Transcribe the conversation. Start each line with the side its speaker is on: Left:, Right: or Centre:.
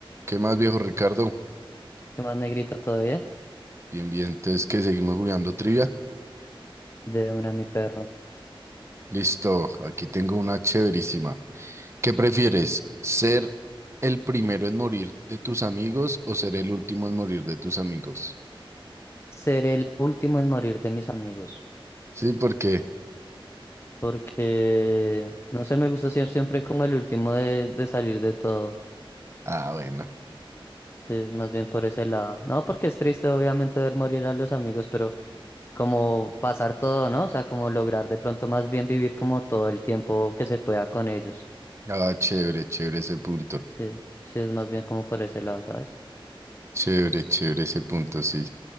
Right: ¿Qué más, viejo Ricardo?
Left: ¿Qué más, negrito? ¿Todo bien?
Right: Bien, bien, entonces que seguimos jugando trivia.
Left: De una, mi perro.
Right: Listo, aquí tengo una chéverísima. ¿Qué prefieres? ¿Ser el primero en morir de tus amigos o ser el último en morir de tus amigos?
Left: Ser el último en morir de mis amigos.
Right: Sí, porque.
Left: Porque, no sé, me gusta ser siempre como el último de, de salir de todo.
Right: Ah, bueno.
Left: Sí, más bien por ese lado. No, porque es triste, obviamente, ver morir a los amigos, pero como pasar todo, ¿no? O sea, como lograr de pronto más bien vivir como todo el tiempo que se pueda con ellos.
Right: Ah, chévere, chévere ese punto.
Left: Sí, sí, es más bien como por ese lado, ¿sabes?
Right: Chévere, chévere ese punto, sí.